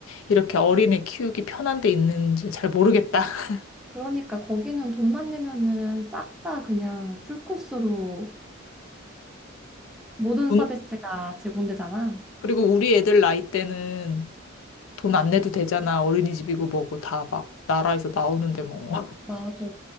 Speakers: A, on the left (about 75°); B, in the centre.
A: 이렇게 어린애 키우기 편한 데 있는지 잘 모르겠다. <laughs>
B: 그러니까 거기는 돈만 내면은 싹 다 그냥 풀코스로 모든
A: 돈-
B: 서비스가 제공되잖아.
A: 그리고 우리 애들 나이 때는 돈 안 내도 되잖아. 어린이집이고 뭐고 다 막 나라에서 나오는데 뭐. <laughs>
B: 맞아.